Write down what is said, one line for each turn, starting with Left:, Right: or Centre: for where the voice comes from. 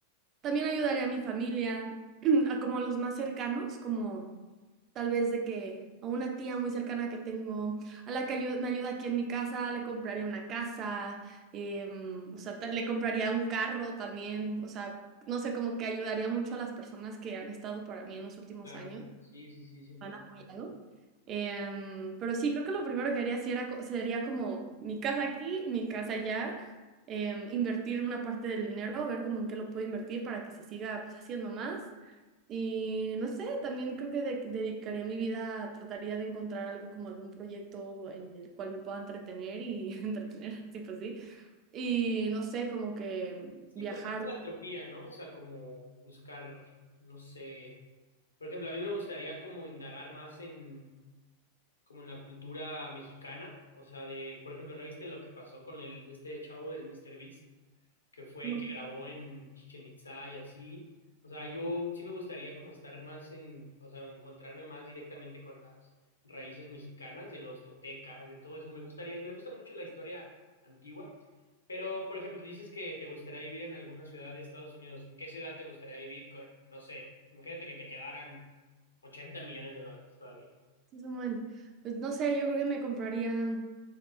Right: también ayudaré a mi familia, <clears throat> a como a los más cercanos, como tal vez de que a una tía muy cercana que tengo, a la que ayu- me ayuda aquí en mi casa, le compraría una casa, em, o sea, ta- le compraría un carro también, o sea, no sé, como que ayudaría mucho a las personas que han estado para mí en los últimos
Left: Claro,
Right: años
Left: sí, sí, sí, sin
Right: han
Left: problema.
Right: apoyado. Em, pero sí, creo que lo primero que haría sí era, co- sería como mi casa aquí, mi casa allá, em, invertir una parte del dinero, ver cómo en qué lo puedo invertir para que se siga pues, haciendo más. Y no sé, también creo que de- dedicaría mi vida, trataría de encontrar algo como algún proyecto en el cual me pueda entretener y <laughs> entretener, sí, pues sí. Y no sé, como que
Left: Sí,
Right: viajar.
Left: pues más filantropía, ¿no? O sea, como buscar, no sé, por ejemplo, a mí me gustaría como indagar más en, como en la cultura mexicana, o sea, de, por ejemplo, ¿no viste lo que pasó con el, este chavo del Mr. Beast? que fue
Right: No,
Left: y que grabó en Chichen Itza y así. O sea, yo sí me gustaría como estar más en, o sea, encontrarme más directamente con las raíces mexicanas, de los toltecas, de todo eso. Me gustaría, me gusta mucho la historia antigua. Pero, por ejemplo, dices que te gustaría vivir en alguna ciudad de Estados Unidos. ¿En qué ciudad te gustaría vivir con, no sé, imagínate que te quedaran 80 millones de dólares todavía?
Right: sí, son Pues no sé, yo creo que me compraría.